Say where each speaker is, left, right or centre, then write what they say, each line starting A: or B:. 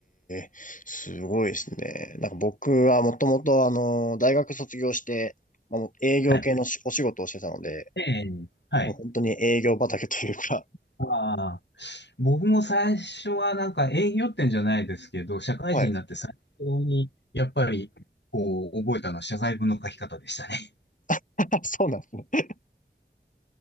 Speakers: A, on the left; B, on the left.
A: え、すごいですね。なんか僕はもともとあの、大学卒業して、まあ、もう営業系のしお仕事をしてたので、
B: はい。ええ。はい。
A: もう本当に営業畑というか、
B: ああ、僕も最初はなんか営業ってんじゃないですけど、社会人になって最初にやっぱりこう覚えたのは謝罪文の書き方でしたね。
A: <laughs> はい。<laughs> そうなんですね。